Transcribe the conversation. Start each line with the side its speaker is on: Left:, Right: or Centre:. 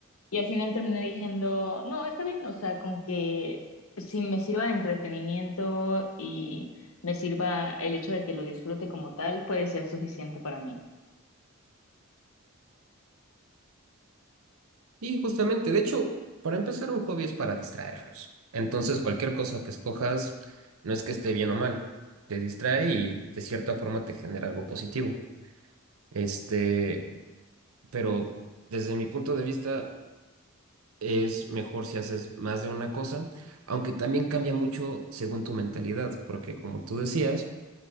Left: y al final terminé diciendo, no, está bien, o sea, con que si me sirva de entretenimiento y me sirva el hecho de que lo disfrute como tal, puede ser suficiente para mí.
Right: Y justamente, de hecho, para empezar, un hobby es para distraernos. Entonces, cualquier cosa que escojas no es que esté bien o mal, te distrae y de cierta forma te genera algo positivo. Este, pero desde mi punto de vista, es mejor si haces más de una cosa, aunque también cambia mucho según tu mentalidad, porque como tú decías,